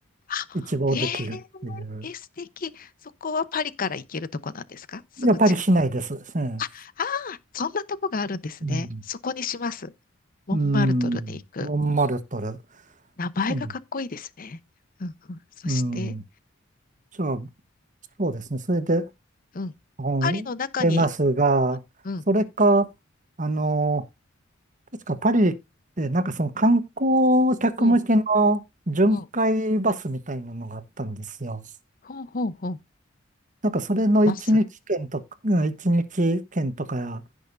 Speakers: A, on the left; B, on the right.
A: あ、
B: 一望できるっていう。
A: えええ、素敵。そこはパリから行けるとこなんですかすぐ近く。
B: やっぱりしないです。うん
A: あ、ああ、そんなとこがあるんですね。
B: うん。
A: そこにします。モンマルトルに行く。
B: うん。モンマルトル。
A: 名前がかっこいいですね。
B: うん。
A: うんうん、そして、
B: うん。じゃあ、そうですね。それで、
A: うん。
B: うん、
A: パリの中に、
B: 出ますが、
A: うん、
B: それか、あの、確かパリってなんかその観光客向けの巡回バスみたいなのがあったんですよ。
A: うん、うん、ほんほんほん、
B: なんかそれの一日券とか、
A: バス、
B: うん一日券とか